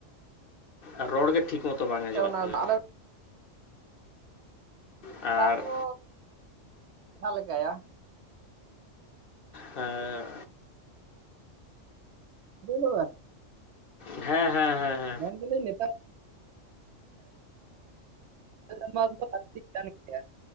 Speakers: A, on the left; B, on the right.
A: ᱟᱨ ᱨᱚᱲᱜᱮ ᱴᱷᱤᱠ ᱢᱚᱛᱚ ᱵᱟᱝ ᱟᱸᱡᱚᱢᱚᱜ
B: ᱚᱱᱟ
A: ᱠᱟᱱᱟ᱾
B: ᱫᱚ ᱟᱫᱚ
A: ᱟᱨ
B: <unintelligible> ᱟᱵᱚ ᱡᱟᱦᱟᱸ ᱞᱮᱠᱟᱭᱟ᱾
A: ᱦᱮᱸ᱾
B: <unintelligible>
A: ᱦᱮᱸ ᱦᱮᱸ ᱦᱮᱸ ᱦᱮᱸ᱾
B: ᱫᱚ ᱵᱚᱞᱮ ᱱᱮᱛᱟᱨ <inaudible> ᱵᱟᱹᱲᱛᱤᱜ ᱠᱟᱱ ᱜᱮᱭᱟ᱾